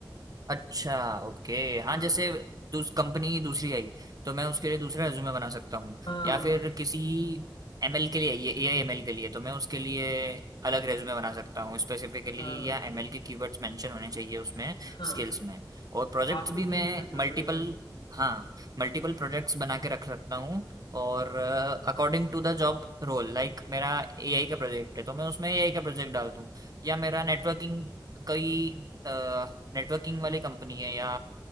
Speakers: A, on the right; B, on the left.
A: अच्छा ओके हाँ
B: हाँ
A: जैसे दूस कंपनी दूसरी आई तो मैं उसके लिए दूसरा रेज्यूमे बना सकता हूँ
B: हाँ
A: या फिर किसी एमएल के लिए ये एआई एमएल के लिए तो मैं उसके लिए अलग रेज्यूमे बना सकता हूँ स्पेसिफिकली
B: हाँ
A: या एमएल के कीवर्ड्स मेंशन होने चाहिए उसमें
B: हाँ
A: स्किल्स में और प्रोजेक्ट्स
B: आपको
A: भी
B: यही
A: मैं
B: करना
A: मल्टीपल
B: पड़ेगा
A: हाँ मल्टीपल प्रोजेक्ट्स बना के रख सकता हूँ और according to the job role like मेरा एआई का प्रोजेक्ट है तो मैं उसमें एआई का प्रोजेक्ट डाल दूँ या मेरा नेटवर्किंग कई नेटवर्किंग वाली कंपनी है या